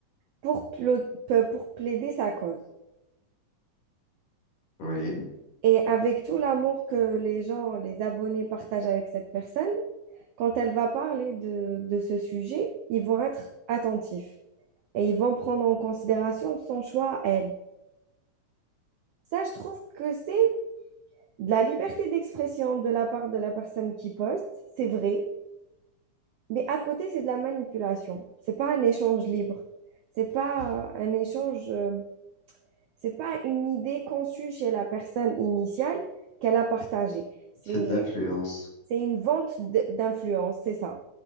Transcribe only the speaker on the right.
pour, plo- pour plaider sa cause.
Et avec tout l'amour que les gens, les abonnés partagent avec cette personne, quand elle va parler de, de ce sujet, ils vont être attentifs et ils vont prendre en considération son choix à elle. Ça, je trouve que c'est de la liberté d'expression de la part de la personne qui poste, c'est vrai, mais à côté, c'est de la manipulation. C'est pas un échange libre. C'est pas euh, un échange, euh, c'est pas une idée conçue chez la personne initiale qu'elle a partagée. C'est,
c'est une vente d- d'influence, c'est ça.